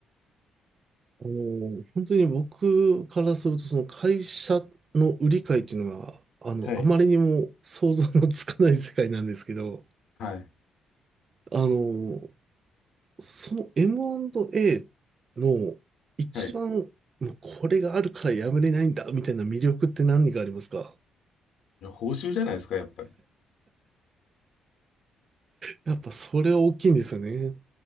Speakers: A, on the right; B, on the left.
A: あの、本当に僕からするとその会社の売り買いっていうのは、あの、
B: はい。
A: あまりにも想像のつかない世界なんですけど、
B: はい。
A: あの、その M&A の一番、
B: はい。
A: もうこれがあるからやめれないんだ、みたいな魅力って何がありますか
B: いや報酬じゃないですか、やっぱり。
A: やっぱそれは大きいんですよね。